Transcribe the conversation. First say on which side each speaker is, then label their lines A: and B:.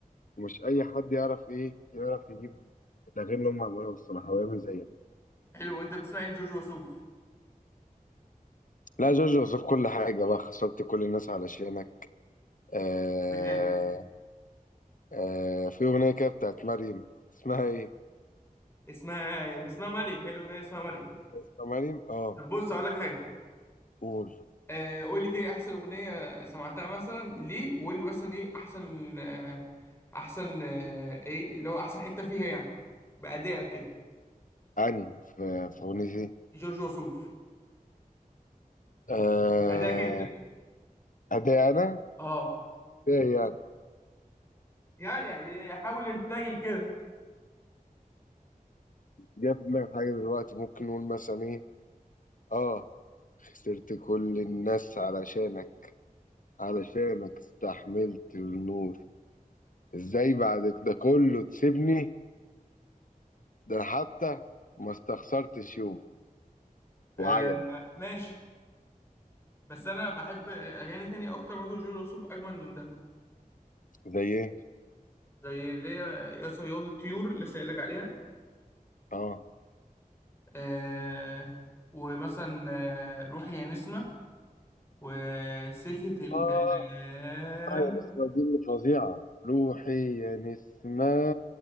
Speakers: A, on the left; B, on the left.
A: ومش اي حد يعرف ايه يعرف يجيب الاغاني اللي هم عملوها الصراحه ويعمل زيها
B: حلو وانت بتسمع ايه لجورج وسوف
A: لا جورج وسوف كل حاجه بقى خسرت كل الناس علشانك آه،
B: وايه تاني
A: آه في أغنية كده بتاعت مريم اسمها إيه؟
B: اسمها اسمها مريم هي الاغنيه اسمها مريم
A: اسمها مريم؟ آه
B: طب بص اقول لك حاجه
A: قول
B: آه، قول لي كده إيه احسن اغنيه سمعتها مثلا ليه وقول لي مثلا ايه احسن آه، احسن آه، ايه اللي هو احسن حته فيها يعني بادائك كده
A: أني في في أغنيتي
B: جورج وسوف
A: آه
B: ادائك اه انت
A: أداء أنا
B: اه
A: أداء يعني
B: يعني يعني حاول ارتجل كده
A: جاي في دماغي حاجة دلوقتي ممكن نقول مثلا إيه؟ آه خسرت كل الناس علشانك علشانك استحملت النور إزاي بعد ده كله تسيبني ده أنا حتى ما استخسرتش يوم
B: آه
A: وعجبي
B: ماشي بس انا بحب اغاني تانية اكتر برضو جورج وسوف اجمل من ده
A: زي إيه؟
B: زي اللي هي يا صياد الطيور اللي سايلك عليها
A: آه
B: آه ومثلا آه، روحي يا نسمة وسكت الكلام
A: آه آه يا نسمة دي اللي فظيعة روحي يا نسمة